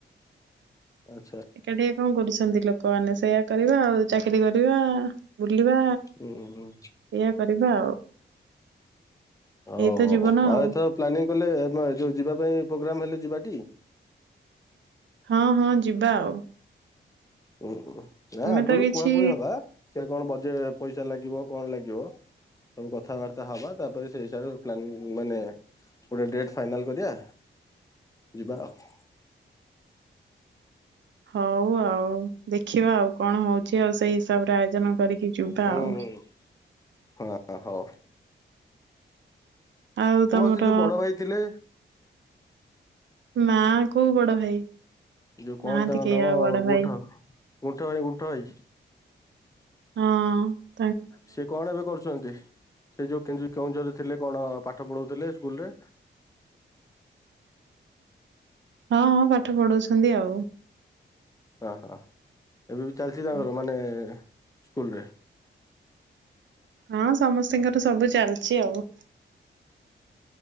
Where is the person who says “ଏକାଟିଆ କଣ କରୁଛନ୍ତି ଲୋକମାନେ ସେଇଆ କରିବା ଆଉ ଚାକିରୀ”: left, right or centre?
Right